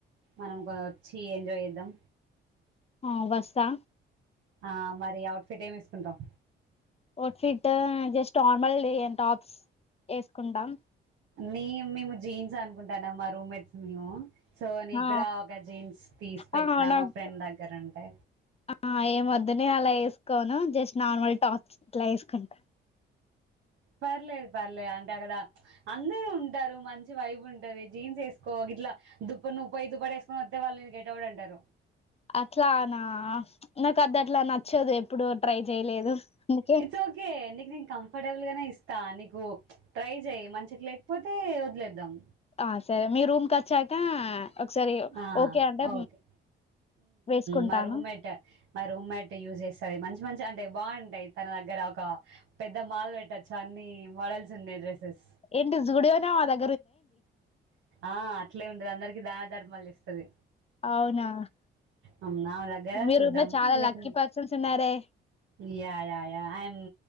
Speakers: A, on the right; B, on the left.
A: మనం వచ్చి ఏంజాయ్ చేద్దాం
B: ఆ వస్తా
A: ఆ మరి అవుట్ఫిట్ ఏమి వసుకుంటాం
B: outfit just normal tops వేసుకుంటాం
A: న మేము జీన్స్ అనుకుంటానా మా రూమ్మేట్స్ మేము సో నీ
B: ఆ
A: కూడా ఒక జీన్స్ తీసి పెట్టినా
B: ఆ నాకు
A: మా ఫ్రెండ్ దగ్గరంటే
B: ఆ ఏం వదుని అలా వేసుకోను జస్ట్ నార్మల్ టాక్స్ ఇట్లా వేసుకుంటా
A: పర్లేదు పర్లేదు అంటే అక్కడ అందరుూ ఉంటారు మంచి వైబ్ ఉంటది జీన్స్ వేసుకో ఇట్లా దుప్ప నుప్పై దు పడ వేసుకొని వస్తే వాళ్ళు గెట అవడ అంటారు
B: అట్లానా నాకు అది అట్లా నచ్చేదు ఎప్పుడు ట్రై చేయలేదు అందుకే
A: ఇట్స్ ఓకే నీకు నేను కంఫర్టబుల్ గానే ఇస్తా నీకు ట్రై చెయయి మంచికి లేకపోతే వదిలేద్దాం
B: ఆ సరే మీ రూమ్కి వచ్చాక ఒకసారి
A: ఆ
B: ఓకే అంటే
A: ఓకే
B: వేసుకుంటాను
A: మా రూమ్ మట మా రూమ్ మట్ యూజ్ చేస్తంది మంచి మంచి అంటే బాగుంటాయి తన దగ్గర ఒక పెద్ద మాల్ పెట్టొచ్చు అన్ని మోడల్స్ ఉన్నాయి డ్రెస్సెస్
B: ఎంటి జ గుడివనే అదా
A: ఆ అట్లే ఉంటది అందరికిీ దాన ధర్మాలు ఇస్తుది
B: అవునా
A: అవునా నాదగార
B: మీ
A: చూద్దాం
B: రూమ్ లో చాలా
A: నకు
B: లక్కీ పర్సన్స్ ఉన్నారే
A: yeah yeah I a